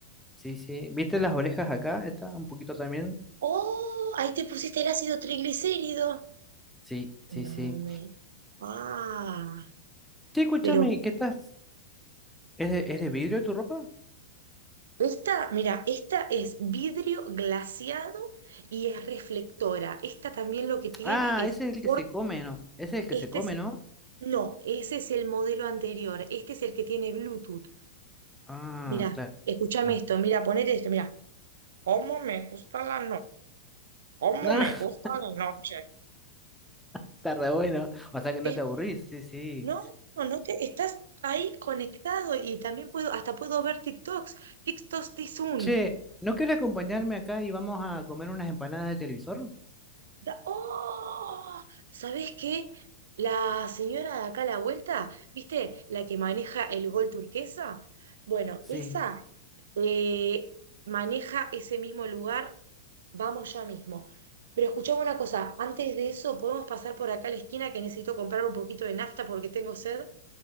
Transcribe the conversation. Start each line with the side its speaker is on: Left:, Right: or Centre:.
Centre: sí, sí. ¿Viste las orejas acá? Está un poquito también.
Right: Oh, ahí te pusiste el ácido triglicérido.
Centre: Sí,
Right: No
Centre: sí, sí.
Right: me. Ah,
Centre: Sí, escúchame,
Right: pero
Centre: ¿qué estás? ¿Es de, es de vidrio tu ropa?
Right: esta, mira, esta es vidrio glaseado y es reflectora. Esta también lo que tiene
Centre: Ah,
Right: es
Centre: ese es el
Right: por
Centre: que se come, ¿no? Ese es el que
Right: este
Centre: se come,
Right: es
Centre: ¿no?
Right: no, ese es el modelo anterior. Este es el que tiene Bluetooth.
Centre: Ah,
Right: Mira,
Centre: claro.
Right: escúchame
Centre: <laughs>
Right: esto, mira, ponete esto, mira. ¿Cómo está? ¿Cómo
Centre: Ah,
Right: está la noche?
Centre: está re bueno. O sea que
Right: Es-
Centre: no te aburrís, sí, sí.
Right: no, no, no te estás ahí conectado y también puedo hasta puedo ver TikToks. TikToks de Zoom.
Centre: Che, ¿no quieres acompañarme acá y vamos a comer unas empanadas de televisor?
Right: Da- ¡Oh! ¿Sabés qué? La señora de acá a la vuelta, ¿viste? La que maneja el gol turquesa. Bueno,
Centre: Sí,
Right: esa eh, maneja ese mismo lugar. Vamos ya mismo. Pero escuchame una cosa, antes de eso, ¿podemos pasar por acá a la esquina que necesito comprar un poquito de nafta porque tengo sed?